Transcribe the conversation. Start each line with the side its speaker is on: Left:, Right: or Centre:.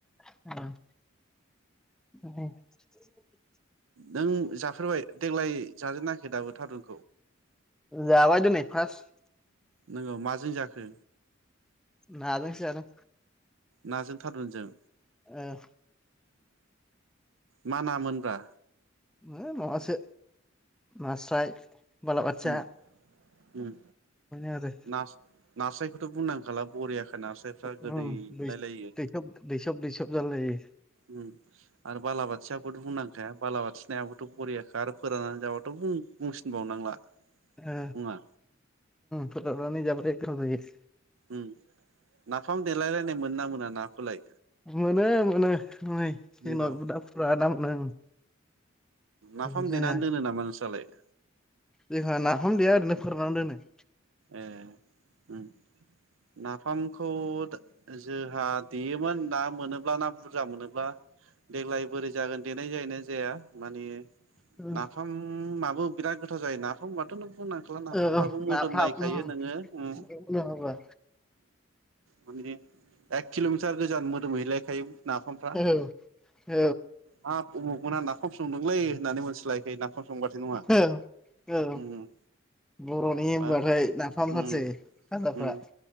Centre: ओमफ्राय <inaudible>
Right: नों जाफेरबाय देग्लाय जाजेनाखै दाबो थारुन?
Centre: जाबाय दिनै फार्स्ट।
Right: नोंगौ माजों जाखो?
Centre: नाजोंसो जादों।
Right: नाजों थारुन जों?
Centre: ओ।
Right: मा नामोनब्रा?
Centre: ओ‌ माबासो नास्राय। बाला बाथिया
Right: उम उम
Centre: आरो।
Right: नास नास्रायखौथ' बुंनांखाला। बरियाखा नास्रायफ्रा गोदैलायलायो।
Centre: उम दै दैसब दैसब दैसब जालायो
Right: उ आरो बालाबाथियाखौथ' बुंनांखाया बालाबाथि नायाबोथ' बरियाखा आरो फोराननानै जाबाथ' बुंसिनबावनांला
Centre: ओ
Right: मुङा
Centre: फोराननानै जाबाथाय गोथाव जायो।
Right: ओम नाफाम देलायलायनाय मोनो ना मोना नाखौलाय?
Centre: मोनो मोनो नै जोंनाव
Right: नोंगौ
Centre: दा फुरा ना मोनो
Right: नाफाम
Centre: ओं जाया
Right: देनानै दोनो नामा नोंस्रलाय?
Centre: जोंहा नाफाम देया ओरैनो फोरनानै दोनो
Right: ए ओम नाफामखौ जोंहा देयोमोन ना मोनोब्ला ना बुरजा मोनोब्ला बा देग्लाय बोरै जागोन देनाय जायोना जाया माने
Centre: दोनो
Right: नाफामाबो बिराद गोथाव जायो नाफामबाथ' नों <unintelligible>
Centre: ओ
Right: फामफ्राबो
Centre: औ
Right: मोदोमलायो।
Centre: नाफाम
Right: दायो
Centre: उम
Right: नोङो
Centre: उनाव होबा
Right: माने एक किल'मिटार गोजान मोदोम हैलायखायो नाफामफ्रा
Centre: औ औ
Right: हाब उमुगमना नाफाम संदोंलै होननानै। मोनथिलायखायो नाफाम संबाथाय नङा
Centre: औ औ
Right: उम
Centre: बर'नि हनबाथाय
Right: बा
Centre: ना खालामथारसै
Right: उम
Centre: खाजाफ्रा
Right: उम